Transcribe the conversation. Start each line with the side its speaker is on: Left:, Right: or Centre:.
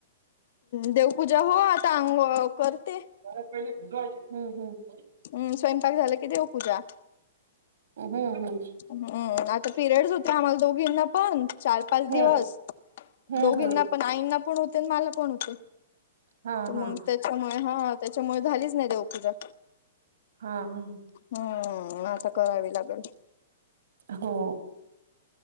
Left: देवपूजा हो, आता अंग करते.
Right: पहिला कनीक भिजवायचे.
Left: हम्म. स्वयंपाक झालं, की देव पूजा.
Right: हम्म हम्म‌.
Left: हम्म. आता पिरियडस होते, आम्हाला दोघींना पण चार पाच
Right: हम्म
Left: दिवस.
Right: हम्म
Left: दोघींना
Right: हम्म.
Left: पण आईंना पण होते मला पण होते,
Right: हा
Left: मगं
Right: हा
Left: ते त्यांच्यामुळे हा, त्यांच्यामुळे झालीच नाही देवपूजा.
Right: हां हां हां.
Left: हम्म. आता करावी लागलं.
Right: हो.